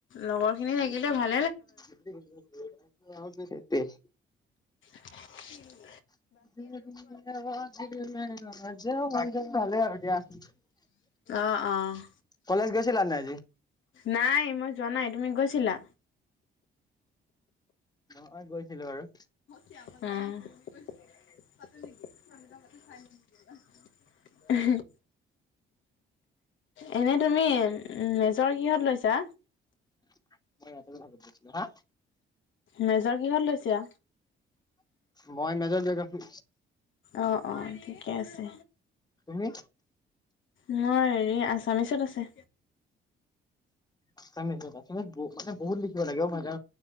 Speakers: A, on the left (about 75°); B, on the left (about 20°).
A: লগৰ খিনি থাকিলে ভাল
B: সেইটোৱেই।
A: উম।
B: বাকী ভালে আৰু দিয়া।
A: অ' অ',
B: কলেজ গৈছিলা নাই আজি?
A: নাই মই যোৱা নাই, তুমি গৈছিলা?
B: মই গৈছিলো আৰু।
A: উম। <unintelligible> এনেই তুমি মেজৰ কিহত লৈছা?
B: <unintelligible> হা
A: মেজৰ কিহত লৈছা?
B: মই মেজৰ জোগ্ৰাফি।
A: অ', অ', ঠিকে আছে।
B: তুমি?
A: মোৰ হেৰি আছামিচত আছে।
B: আছামিছত আছে বো-মানে বহুত লিখিব লাগে অ', মই যা